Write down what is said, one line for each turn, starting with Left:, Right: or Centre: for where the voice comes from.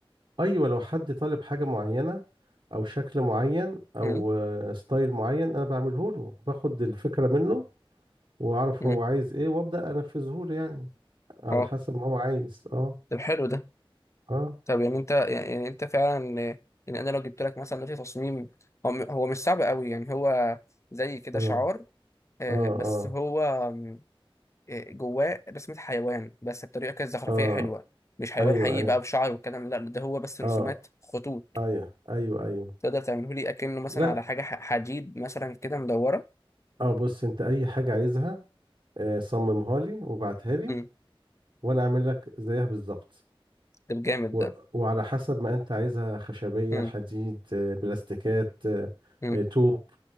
Right: ايوه لو حد طالب حاجه معينه او شكل معين او
Left: امم
Right: آه، ستايل معين انا بعمله له باخد الفكره منه واعرف
Left: امم
Right: هو عايز ايه وابدا انفذه له يعني على
Left: اه
Right: حسب ما هو عايز اه
Left: طب حلو ده
Right: اه
Left: طب يعني انت يعني انت فعلا يعني انا لو جبت لك مثلا دلوقتي تصميم هو م- هو مش صعب قوي يعني هو زي كده
Right: اه
Left: شعار آه،
Right: اه
Left: بس
Right: اه
Left: هو آم، آه، جواه رسمة حيوان بس بطريقة كده زخرفية
Right: اه
Left: حلوة مش حيوان
Right: ايوه
Left: حقيقي
Right: ايوه
Left: بقى بشعر والكلام لا ده هو بس رسومات
Right: اه
Left: خطوط
Right: ايوه ايوه ايوه
Left: تقدر تعمله لي اكنه مثلا
Right: لا
Left: على حاجه ح- حديد مثلا كده مدوره
Right: اه بص انت اي حاجه عايزها آه، صممها لي وبعتها لي
Left: امم
Right: وانا اعمل لك زيها بالظبط
Left: ده جامد
Right: و...
Left: ده
Right: وعلى حسب ما انت عايزها خشبية
Left: امم
Right: حديد آه، بلاستيكات آه،
Left: امم
Right: آه، طوب